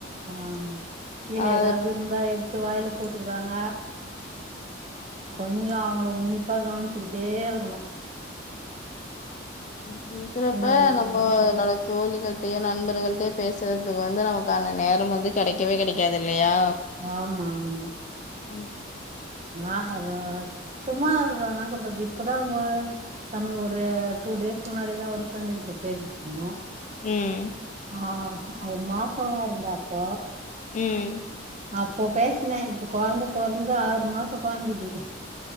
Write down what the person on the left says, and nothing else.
அது
அ இருக்கிறப்ப
நம்மளோட தோழிகள்ட்டயோ நண்பர்கள்ட்டயோ பேசுறதுக்கு வந்து நமக்கான நேரம் வந்து கெடைக்கவே கெடைக்காது இல்லையா
ம்
ம்
ம்